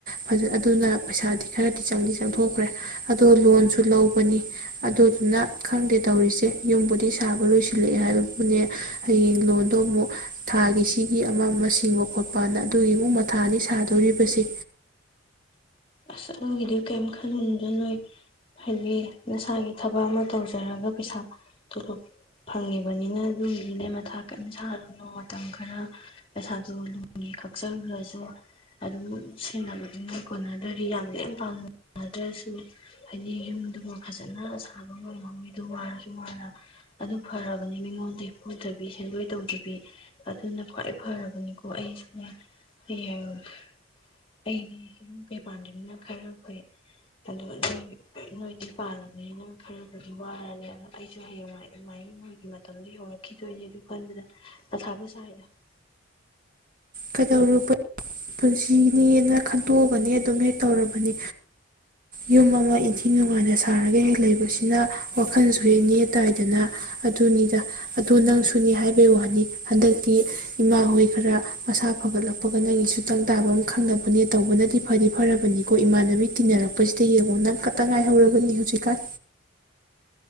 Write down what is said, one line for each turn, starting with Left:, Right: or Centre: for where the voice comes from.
Right: ꯐꯖ ꯑꯗꯨꯅ ꯄꯩꯁꯥꯗꯤ ꯈꯔꯗꯤ ꯆꯪꯗꯤ ꯆꯪꯊꯣꯛꯈ꯭ꯔꯦ ꯑꯗꯣ ꯂꯣꯟꯁꯨ ꯂꯧꯕꯅꯤ ꯑꯗꯨꯗꯨꯅ ꯈꯪꯗꯦ ꯇꯧꯔꯤꯁꯦ ꯌꯨꯝꯕꯨꯗꯤ ꯁꯥꯕ ꯂꯣꯏꯁꯤꯜꯂꯛꯑꯦ ꯍꯥꯏꯕꯕꯨꯅꯦ ꯍꯌꯦꯡ ꯂꯣꯟꯗꯣ ꯑꯃꯨꯛ ꯊꯥꯒꯤ ꯁꯤꯒꯤ ꯑꯃ ꯑꯃ ꯁꯤꯡꯕ ꯈꯣꯠꯄꯅ ꯑꯗꯨꯒꯤ ꯑꯃꯨꯛ ꯃꯊꯥꯅꯤ ꯁꯥꯗꯣꯔꯤꯕꯁꯦ꯫
Left: ꯑꯁ ꯑꯗꯨꯒꯤꯗꯨ ꯀꯔꯤꯝ ꯈꯟꯗꯣꯏꯅꯣꯏ ꯍꯥꯏꯗꯤ ꯅꯁꯥꯒꯤ ꯊꯕꯛ ꯑꯃ ꯇꯧꯖꯔꯒ ꯄꯩꯁꯥ ꯇꯣꯂꯣꯞ ꯐꯪꯉꯤꯕꯅꯤꯅ ꯑꯗꯨꯒꯤꯅꯦ ꯃꯊꯥ ꯀꯔꯤꯝ ꯁꯥꯔꯨꯅꯣ ꯃꯇꯝ ꯈꯔ ꯄꯩꯁꯥꯗꯣ ꯂꯣꯟꯒꯤ ꯀꯛ ꯆꯒꯔ꯭ꯖꯨ ꯑꯗꯨꯝ ꯁꯦꯟꯅꯕꯗꯤ ꯀꯣꯟꯅꯗ ꯌꯥꯝ ꯂꯦꯝ ꯄꯥꯝꯅꯗ꯭ꯔꯁꯨ ꯍꯥꯏꯗꯤ ꯌꯨꯝꯗꯨꯃ ꯐꯖꯟꯅ ꯁꯥꯕ ꯉꯝꯍꯧꯋꯤ ꯑꯗꯨ ꯋꯥꯔꯁꯨ ꯋꯥꯅ ꯑꯗꯨ ꯐꯔꯕꯅꯤ ꯃꯤꯉꯣꯟꯗꯒꯤ ꯄꯨꯗꯕꯤ ꯁꯦꯟꯗꯣꯏ ꯇꯧꯗꯕꯤ ꯑꯗꯨꯅ ꯈ꯭ꯋꯥꯏ ꯐꯔꯕꯅꯤꯀꯣ ꯑꯩꯁꯨꯅꯦ ꯍꯌꯦꯡ ꯑꯩꯗꯤ ꯌꯨꯝ ꯄꯥꯟꯗꯔ꯭ꯤꯅꯤꯅ ꯈꯔ ꯐꯩ ꯑꯗꯨꯒ ꯅꯣꯏ ꯅꯣꯏꯗꯤ ꯄꯥꯜꯂꯕꯅꯤꯅ ꯈꯔꯕꯨꯗꯤ ꯋꯥꯔꯅꯤ ꯑꯩꯖꯨ ꯑ ꯍꯌꯦꯡꯋꯥꯏ ꯑꯗꯨꯃꯥꯏꯅ ꯅꯣꯏꯒꯤ ꯃꯇꯝꯗ ꯌꯧꯔꯛꯈꯤꯗꯣꯏꯅꯦ ꯑꯗꯨ ꯈꯟꯕꯗ ꯃꯊꯕꯨ ꯁꯥꯏꯗ ꯫
Right: ꯀꯩꯗꯔꯨ ꯄꯨꯟꯁꯤꯅꯦꯅ ꯈꯟꯇꯣꯛꯑꯒꯅꯦ ꯑꯗꯨꯝ ꯍꯦꯛ ꯇꯧꯔꯕꯅꯤ ꯌꯨꯝ ꯑꯃ ꯏꯟꯊꯤ ꯅꯨꯡꯉꯥꯏꯅ ꯁꯥꯔꯒ ꯍꯦꯛ ꯂꯩꯕꯁꯤꯅ ꯋꯥꯈꯜꯁꯨ ꯍꯦꯛꯅꯦ ꯇꯥꯏꯗꯅ ꯑꯗꯨꯅꯤꯗ ꯑꯗꯨ ꯅꯪꯁꯨꯅꯤ ꯍꯥꯏꯕꯩ ꯋꯥꯅꯤ ꯍꯟꯗꯛꯇꯤ ꯏꯃꯥ ꯍꯣꯏ ꯈꯔ ꯃꯁꯥ ꯐꯒꯠꯂꯛꯄꯒ ꯅꯪꯒꯤ ꯁꯨꯇꯪ ꯇꯥꯕ ꯑꯃ ꯈꯪꯅꯕꯅꯦ ꯇꯧꯕꯅꯗꯤ ꯐꯗꯤ ꯐꯔꯕꯅꯤꯀꯣ ꯏꯃꯥꯟꯅꯕꯤ ꯇꯤꯟꯅꯔꯛꯄꯁꯤꯗ ꯌꯦꯡꯉꯣ ꯅꯪ ꯈꯛꯇ ꯉꯥꯏꯍꯧꯔꯕꯅꯤ ꯍꯧꯖꯤꯛꯀꯥꯟ꯫